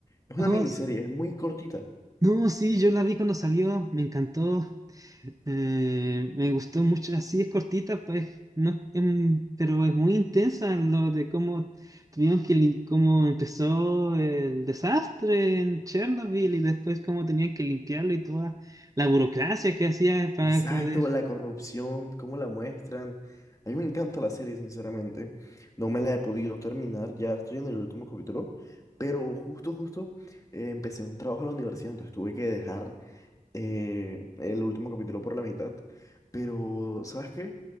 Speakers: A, on the left; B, on the right.
A: Es una
B: Oh,
A: miniserie,
B: s-
A: es muy cortita.
B: no, sí, yo la vi cuando salió, me encantó, eh, me gustó mucho, así es cortita, pues, no, em, pero es muy intensa lo de cómo tuvieron que, lim- cómo empezó el desastre en Chernobyl y después cómo tenían que limpiarlo y toda la burocracia que hacía para
A: Exacto,
B: poder,
A: la corrupción, cómo la muestran. A mí me encanta la serie, sinceramente. No me la he podido terminar, ya estoy en el último capítulo, pero justo, justo eh, empecé un trabajo en la universidad, entonces tuve que dejar eh, el último capítulo por la mitad. Pero, ¿sabes qué?